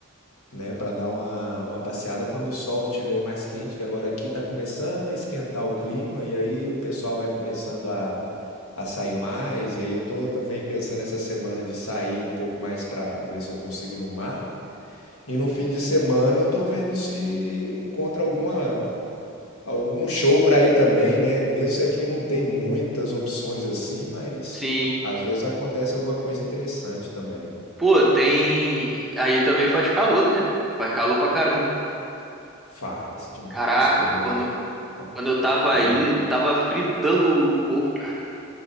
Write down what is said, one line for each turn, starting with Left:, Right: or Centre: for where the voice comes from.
Left: né, para dar uma, uma passeada quando o sol estiver mais quente, que agora aqui está começando a esquentar o clima e aí o pessoal vai começando a, a sair mais. E aí eu tô também pensando essa semana de sair um pouco mais para ver se eu consigo ir no mar. E no fim de semana eu tô vendo se encontra alguma algum show para ir também, né? Mesmo se aqui não tem muitas opções assim, mas
Centre: Sim.
Left: às vezes acontece alguma coisa interessante também.
Centre: Pô, tem. Aí também faz calor, né? Faz calor pra caramba.
Left: Faz demais
Centre: Caraca,
Left: quando
Centre: quando,
Left: entra quan-
Centre: quando eu tava
Left: quando
Centre: aí, tava fritando o corpo, cara.